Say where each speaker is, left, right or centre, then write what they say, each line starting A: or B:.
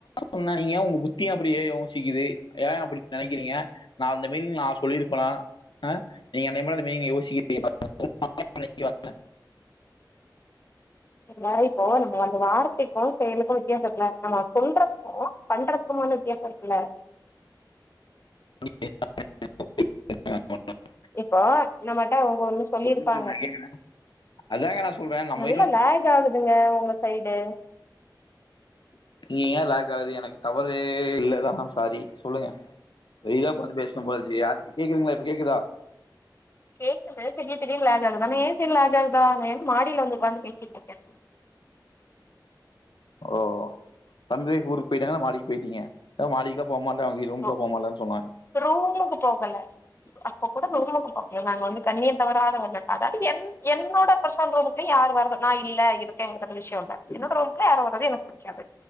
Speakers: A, on the left; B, on the left.
A: சொன்ன நீங்க உங்க புத்தி ஏ அப்படி ஏ யோசிக்குது ஏ அப்டி நெனைக்குறிங்க நா அந்த மீனிங்க்ல நா சொல்லிருப்பனா ஆ நீங்க என்னையபோல அந்த மீனிங் <inaudible> <inaudible> வந்த
B: <unintelligible> நம்ம வந்த வார்த்தைக்கு செயலுக்கு வித்தியாசோ இருக்குல நம்ம சொல்லுறப்போ பண்றக்குமான வித்தியாசோ இருக்குல
A: <inaudible>
B: இப்போ நம்மட்ட அவுங்க ஒன்னு சொல்லிருப்பாங்க
A: புரிஞ்சுது நான் கேக்குறேன். அதாங்க நா சொல்றே நம்
B: இல்ல லேக் ஆகுதுங்க ஒங்க சைடு
A: நீ ஏ லேக் ஆகுது எனக்கு டவறே இல்லதா சாரி சொல்லுங்க வெளியிலே ஒக்காந்து பேசுனு போலருக்குது யாரு கேக்குதுங்களா இப்போ கேட்குதா
B: கேட்குது திடீர் திடீர்ன்னு லேக்கு ஆகுது ஆனா ஏ சைடு லேக்கு ஆகுதுதா நா ஏனா மாடியில வந்து ஒக்காந்து பேசிட்ருக்கே
A: ஓ ஓ தம்பி ஊருக்கு போயிட்டான்னா மாடிக்கு போயிட்டீங்க மாடிக்குலா போமாட்டே அவிங்க ரூம்குள்ள
B: ஓ
A: போமாட்டேன்னு சொன்னா
B: ரூமுக்கு போகல அப்ப கூட <unintelligible> நாங்க வந்து கண்ணியோ தவறாதவங்க அதாது என் என்னோட பர்சனல் ரூமுக்கு யாரு வரது நா இல்ல இருக்கேங்கிறது ஒரு விஷியோ இல்ல என்னோட ரூமுக்கு யாரு வரது எனக்கு புடிக்காது